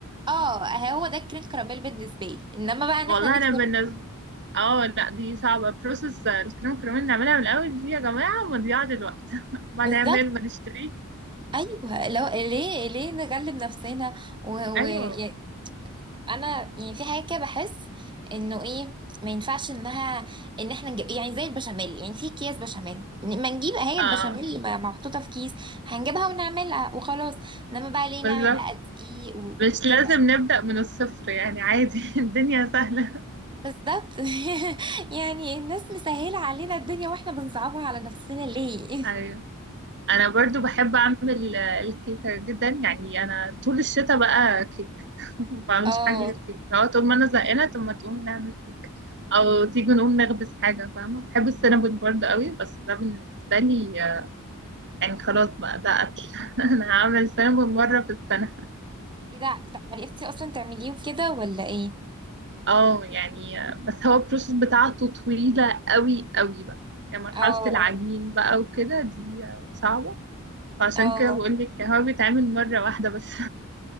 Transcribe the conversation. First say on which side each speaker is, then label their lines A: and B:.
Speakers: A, on the right (about 20°); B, on the right (about 55°).
A: اه هو ده الكريم كراميل بالنسبه لي انما بقى ان
B: والله
A: احنا ندخل
B: انا بالنسبه اه لا دي صعبه بروسس الكريم كريمين نعملها من الاول دي يا جماعه مضيعه للوقت <laughs> ما
A: بالظبط
B: نعمل ما نشتريه
A: ايوه لو ليه ليه نغلب نفسنا ويعني
B: ايوه
A: انا يعني في حاجه كده بحس انه ايه ما ينفعش انها ان احنا نجيب يعني زي البشاميل يعني في اكياس بشاميل ن- ما نجيب هي
B: اه
A: البشاميل اللي بقى محطوطه في كيس هنجيبها ونعملها وخلاص انما بقى ليه نعمل
B: بالظبط
A: بقى دقيق وكده
B: مش لازم نبدا من الصفر يعني عادي <laughs> الدنيا سهله
A: بالظبط <laughs> يعني الناس مسهله علينا الدنيا واحنا بنصعبها على نفسنا ليه
B: ايوه انا برضو بحب اعمل آه، الكيكه جدا يعني انا طول الشتاء بقى كيك <laughs> ما بعملش
A: اه
B: حاجه غير كيك
A: <laughs>
B: لو طول ما انا زهقانه طب ما تقوم نعمل كيك او تيجي نقوم نخبز حاجه فاهمه بحب السينابون برضو قوي بس ده بالنسبه لي يعني خلاص بقى ده قتل <laughs> انا هعمل سامبل مرة في السنة
A: ايه ده بتاع- عرفتي اصلا تعمليه وكده ولا ايه
B: اه يعني بس هو البروسيس بتاعته طويلة قوي قوي بقى يعني مرحلة
A: اه
B: العجين
A: اه
B: بقى وكده دي صعبة فعشان
A: اه
B: كده بقول لك هو بيتعمل مرة واحدة بس